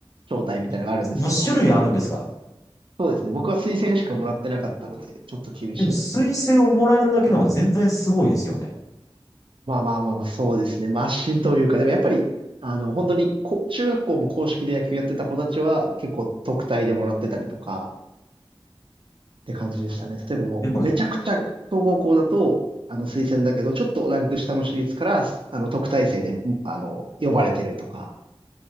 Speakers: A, on the right; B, on the left.
A: 招待みたいなのがあるんですけど、
B: い。2種類あるんですか。
A: そうですね。僕は推薦しかもらってなかったので、ちょっと厳しいなって感じ。
B: でも、推薦をもらえるだけでも全然すごいですよね。
A: まあまあまあまあ、そうですね。マシというか、でもやっぱり、あの、本当にこ、中学校も公式で野球やってた子たちは、結構特待でもらってたりとか、って感じでしたね。
B: あ
A: 例えばもう、
B: でも、
A: めちゃくちゃ強豪校だと、
B: うん
A: あの、推薦だけど、ちょっとランク下の私立から、あの、特待生で、あの、呼ばれてるとか、